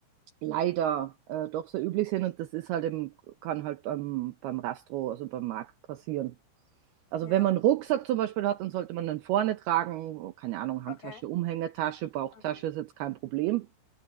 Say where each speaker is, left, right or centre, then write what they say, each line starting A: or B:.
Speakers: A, on the right; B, on the left.
A: leider äh, doch sehr üblich sind und das ist halt im, kann halt beim, beim Rastro, also beim Markt passieren. Also
B: Ja,
A: wenn man einen Rucksack zum Beispiel hat, dann sollte man den vorne tragen. Keine Ahnung, Handtasche,
B: okay,
A: Umhängetasche, Bauchtasche
B: okay.
A: ist jetzt kein Problem.